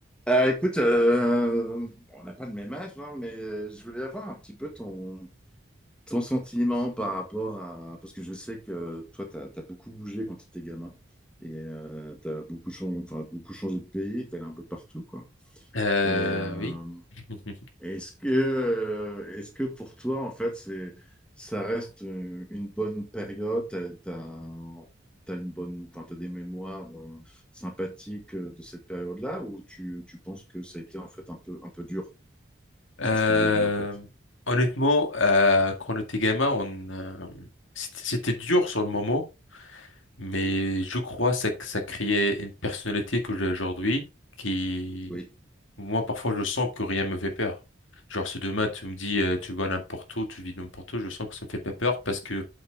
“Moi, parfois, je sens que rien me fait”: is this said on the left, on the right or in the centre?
Left